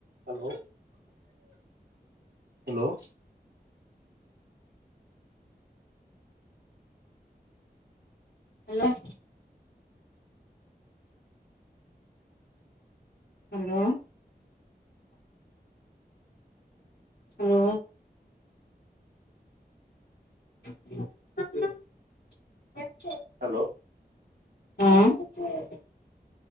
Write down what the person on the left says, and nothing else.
Hello. hello. Hello. <inaudible>
ହୁଁ।